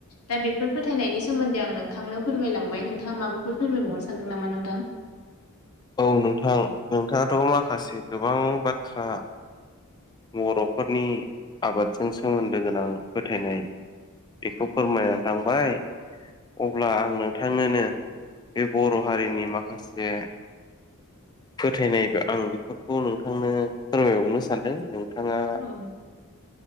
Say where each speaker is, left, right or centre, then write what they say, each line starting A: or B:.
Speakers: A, on the left (about 85°); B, on the left (about 20°).
A: दा बेफोर फोथायनायनि सोमोन्दै आं नोंथांनो फोरमायलांबाय नोंथाङा माबाफोर फोरमायबावनो सानदों नामा नोंथां
B: औ नोंथां नोंथाङाथ' माखासे गोबां बाथ्रा बर'फोरनि आबादजों सोमोन्दो गोनां फोथायनाय बेखौ फोरमायनानै थांबाय अब्ला आं नोंथांनोनो बे बर' हारिनि माखासे फोथायनाय आं बेफोरखौ नोंथांनो फोरमायबावनो सानदों नों नोंथाङा
A: औ